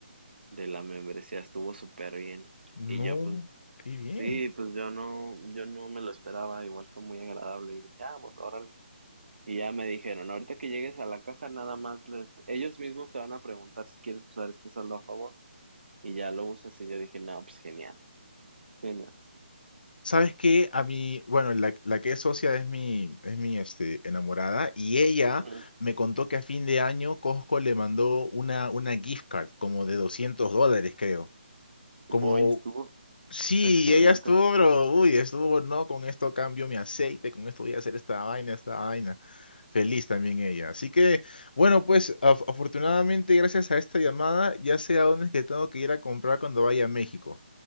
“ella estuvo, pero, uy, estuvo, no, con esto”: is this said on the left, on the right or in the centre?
Left